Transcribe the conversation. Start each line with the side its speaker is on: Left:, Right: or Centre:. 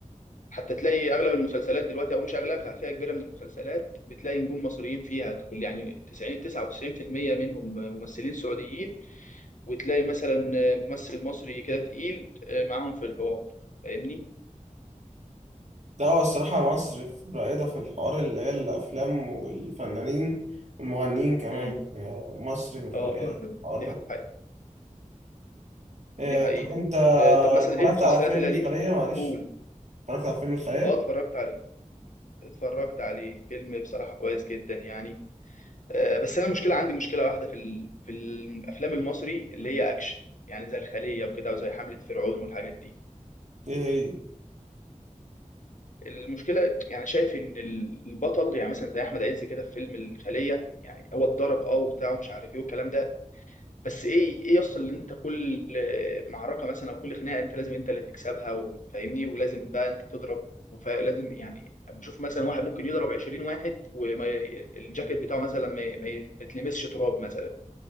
Left: حتى تلاقي اغلب المسلسلات دلوقتي او مش اغلبها فئه كبيره من المسلسلات بتلاقي نجوم مصريين فيها كل يعني 90 99% منهم ممثلين سعوديين وتلاقي مثلا ممثل مصري كده تقيل آه، معاهم في الحوار فاهمني؟
Right: لا هو الصراحة مصر في- رائدة في الحوار اللي هي الأفلام والفنانين والمغنيين كمان
Left: امم
Right: آه، مصر رائدة
Left: اه
Right: في الحوار
Left: دي
Right: ده
Left: حقيقة
Right: آه،
Left: دي حقيقة
Right: طب أنت
Left: آه، طب مثلا
Right: اتفرجت
Left: ايه المسلسلات
Right: على فيلم
Left: القديمة؟
Right: الخلية معلش
Left: قول
Right: اتفرجت على فيلم الخلية
Left: اه اتفرجت على اتفرجت عليه فيلم بصراحة كويس جدا يعني آه، بس انا مشكله عندي مشكله واحده في ال... في الافلام المصري اللي هي اكشن يعني زي الخليه وكده وزي حمله فرعون والحاجات دي
Right: إيه هي
Left: المشكله يعني شايف ان ال- البطل يعني مثلا زي احمد عز كده في فيلم الخليه يعني هو اتضرب اه وبتاع ومش عارف ايه والكلام ده بس ايه ايه يصل ان انت كل آه، معركه مثلا او كل خناقه انت لازم انت اللي تكسبها وفاهمني ولازم بقى انت تضرب ولازم يعني بشوف مثلا واحد ممكن يضرب 20 واحد والجاكيت بتاعه مثلا ما ما يتلمسش تراب مثلا